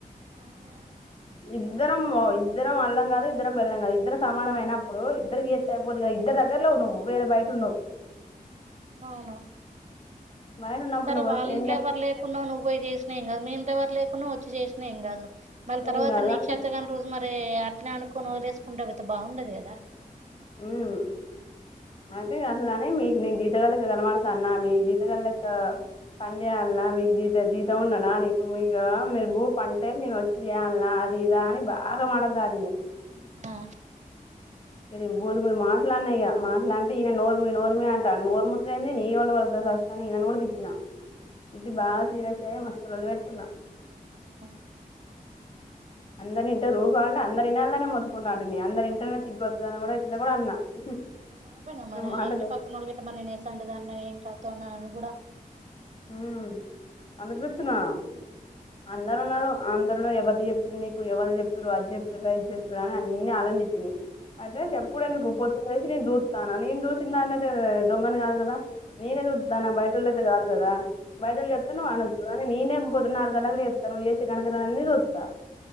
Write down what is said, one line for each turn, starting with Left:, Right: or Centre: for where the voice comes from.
Right: అవును కదా.
Left: ఇద్దరం ఇద్దరం అళ్ళం కాదు ఇద్దరం బేళ్లం కాదు ఇద్దరం సమానం అయినప్పుడు ఇద్దరు గీతి అయిపోదిదా ఇద్దరు దగ్గరలో నువ్వు వేరే బయట ఉన్నవ్
Right: అవునా
Left: బయట ఉన్నప్పుడు
Right: సరే
Left: నువ్వు
Right: వాళ్ళ
Left: వచ్చి
Right: ఇంట్లో
Left: ఏం
Right: ఎవరు లేకున్నవు నువ్వు పోయి చేసినేం కాదు మీ ఇంతవరు లేకున్నా వచ్చి చేసినా ఏం కాదు
Left: చేస్తావు
Right: మళ్ళీ తర్వాత
Left: ఏం కాదు
Right: నీక్షత
Left: కానీ
Right: కాని రోజు మరి అట్లే అనుకొని వదిలేసుకుంట వోతే బాగుండదు కదా
Left: హ్మ్ అయితే అట్లనే మీకు నేను జీతగాల్లెక్క కనబడతాన్నా మీ జీతగాలెక్క పని చేయాలన్నా మీకు జీత జీతం ఉన్ననా నీకు మీకు మీరు భూ పంటే నేను వచ్చి చేయల్నా అది ఇదా అని బాగా మాటలు జారింది
Right: ఆ
Left: ఇ పోద్ పో మాట్లాన్నయ్య <unintelligible> మాట్లా అంటే ఈయన నోర్మూయ్ నోర్మూయ్ అంటాడు నోరుముసుదేంది నీ వల్లే పడ ఫస్ట్ అని ఈయనను కూడా తిట్టిన తిట్టి బాగా సీరియస్ అయ్యి లోల్లి కూడా పెట్టు కున్న
Right: ఆ
Left: అందరి ఇంట రూ కావంే అందరిలానే మొతుకుంటా ఉంటు నీ అరి ఇంటనే చిగ్ొతుంది అని కూడా ఇట్లో కూడా అన్నా <unintelligible>
Right: అన పోయినవ్ మరి ఆ
Left: మాటలు
Right: ఇంటి పక్కనోల్ల గిట్ట మరి నేనెసొంటి దాన్నో ఏంటో తోనాను గూడా
Left: హ్మ్ అనిపిచ్చినా అందరు ఉన్నారు అ అందరులో ఎవరిదిచెప్పేంది నీకు ఎవరు చెప్పిరు అది చెప్పిరా ఇది చెప్పిరా అని అన్ని ఆనందించింది అదే చేప్పుడు ఎందుకు పొద్దున్న లేసి నేన్ స్తాన నేను చూసిన దాన్నయితే దొంగని కాదు కదా నేనే సూత్తన్న తన బయటోళ్ళయితే కాదు అదదా బైడలు చెతన్నా మన <inaudible> కాని నేనే పొద్దున్న నాలుగు గంటలకు లేత్త నువ్వు చేసే గనకార్యం అన్నీ చూస్తా